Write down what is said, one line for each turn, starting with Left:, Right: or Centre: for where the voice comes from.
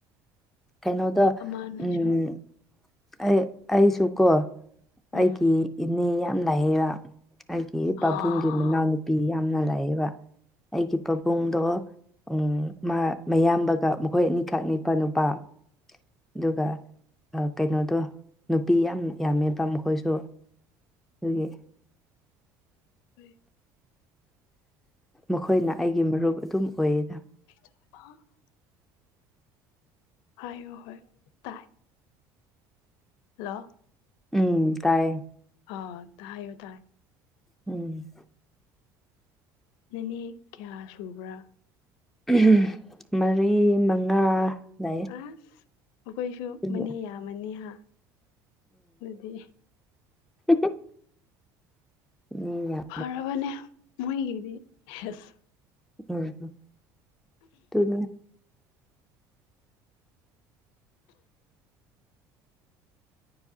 Centre: ꯀꯩꯅꯣꯗꯣ
Left: ꯑꯃꯅꯁꯨ
Centre: ꯎꯝ ꯑꯩ ꯑꯩꯁꯨ ꯀꯣ ꯑꯩꯒꯤ
Left: ꯎꯝ
Centre: ꯏꯅꯦ ꯌꯥꯝ ꯂꯩꯌꯦꯕ ꯑꯩꯒꯤ ꯄꯥꯕꯨꯡꯒꯤ
Left: ꯑꯥ
Centre: ꯃꯅꯥꯎꯅꯨꯄꯤ ꯌꯥꯝꯅ ꯂꯩꯌꯦꯕ ꯑꯩꯒꯤ ꯄꯥꯕꯨꯡꯗꯣ ꯎꯝ ꯃꯥ ꯃꯌꯥꯝꯕꯒ ꯃꯈꯣꯏ ꯑꯅꯤꯈꯛ ꯅꯤꯄꯥ ꯅꯨꯄꯥ ꯑꯗꯨꯒ ꯀꯩꯅꯣꯗꯣ ꯅꯨꯄꯤ ꯌꯥꯝ ꯌꯥꯝꯃꯦ ꯇꯝ ꯃꯈꯣꯏꯁꯨ ꯑꯗꯨꯒꯤ
Left: <inaudible>
Centre: ꯃꯈꯣꯏꯅ ꯑꯩꯒꯤ ꯃꯔꯨꯞ ꯑꯗꯨꯝ ꯑꯣꯏꯌꯦꯗ
Left: ꯏꯆꯜ ꯄꯥ <unintelligible> ꯍꯥꯏꯌꯣ ꯍꯣꯏ ꯇꯥꯏ ꯍꯜꯂꯣ
Centre: ꯎꯝ ꯇꯥꯏꯌꯦ
Left: ꯑꯥ ꯇꯥ ꯍꯥꯏꯌꯣ ꯇꯥꯏ
Centre: ꯎꯝ
Left: ꯅꯦꯅꯦ ꯀꯌꯥ ꯁꯨꯕ꯭ꯔꯥ
Centre: ꯎꯍꯨꯝ ꯃꯔꯤ ꯃꯉꯥ ꯂꯩ
Left: ꯑꯥꯁ ꯑꯈꯣꯏꯁꯨ
Centre: ꯑꯗꯨꯒ
Left: ꯃꯅꯦ ꯌꯥꯝꯃꯅꯤ ꯍꯥ ꯗꯨꯗꯤ
Centre: ꯍꯨ ꯍꯨꯝ ꯎꯝ ꯌꯥ
Left: ꯐꯔꯕꯅꯦ ꯃꯣꯏꯒꯤꯗꯤ ꯍꯦꯁ
Centre: ꯎꯝ ꯍꯨꯝ ꯗꯨꯅ <unintelligible>